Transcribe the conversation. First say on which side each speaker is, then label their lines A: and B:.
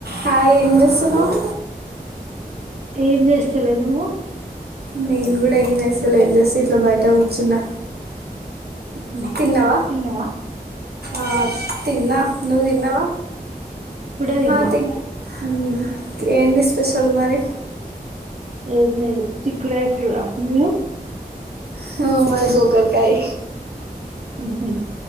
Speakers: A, on the right; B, on the right.
A: Hi ఏం చేస్తున్నవ్
B: ఏం జేస్తలే నువ్వు
A: నేన్ కూడా ఏం జేస్తలేద్ జస్ట్ ఇట్ల బయట కూర్చున్నా
B: మ్ హూ
A: తిన్నావా
B: తిన్నవా
A: ఆ తిన్నా నువ్ తిన్నావా
B: ఇప్పుడే తిన్నా
A: హా తిన్ న్నా ఏంది స్పెషల్ మరి
B: ఏం లేదు చిక్కుడుకాయ కూర మీరు
A: హో మాది గోకర్కాయ్
B: మ్ హూ